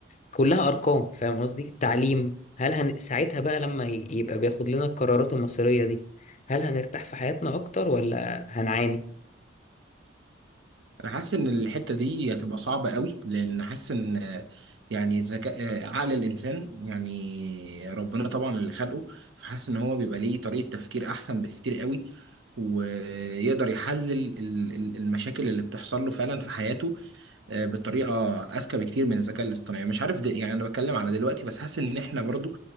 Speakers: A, on the left; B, on the right.
A: كلها أرقام فاهم قصدي تعليم هل هن... ساعتها بقى لما ي- يبقى بياخد لنا القرارات المصيرية دي هل هنرتاح في حياتنا أكتر ولا هنعاني
B: انا حاسس ان الحتة دي هتبقى صعبة قوي لان حاسس ان آه، يعني ذكاء آه، عقل الانسان يعني ربنا طبعا اللي خلقه فحاسس ان هو بيبقى ليه طريقة تفكير احسن بكتير قوي ويقدر يحلل ال- ال- المشاكل اللي بتحصل له فعلا في حياته آه، بطريقه اذكى بكتير من الذكاء الاصطناعي مش عارف ده يعني انا بتكلم على دلوقتي بس حاسس ان احنا برضو